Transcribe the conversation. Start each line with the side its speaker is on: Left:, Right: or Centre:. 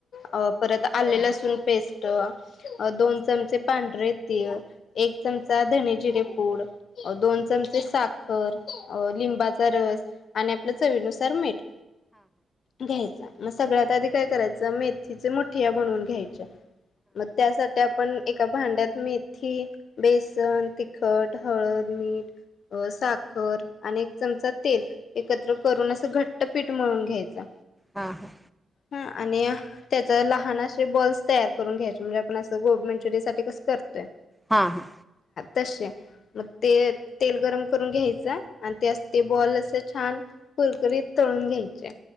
Left: परत आलं लसूण पेस्ट टआ, आ दोन चमचे पांढरे तीळ, एक चमचा धने जिरे पूड, दोन चमचे साखर अ लिंबाचा रस आणि आपल्या चवीनुसार मीठ घ्यायचा मग सगळ्यात आधी काय करायचं मेथीचे मुठिया बनवून घ्यायच्या. मग त्यासाठ्या आ पण एका भांड्यात मेथी, बेसन, तिखट, हळद, मीठ अ साखर आणि एक चमचा तेल एकत्र करून असं घट् पीठ मळून घ्यायचा.
Centre: हा हा.
Left: हा आणि त्याचा लहान अशे बॉल्स तयार करून घ्यायचे म्हणजे आपण असं गोभी मांचुरियासाठी कसं करतोय
Centre: हा हा.
Left: तशे मग ते तेल गरम करून घ्यायचं आणि ते असं ते बॉल असं छान कुरकुरीत तळून घ्यायचे.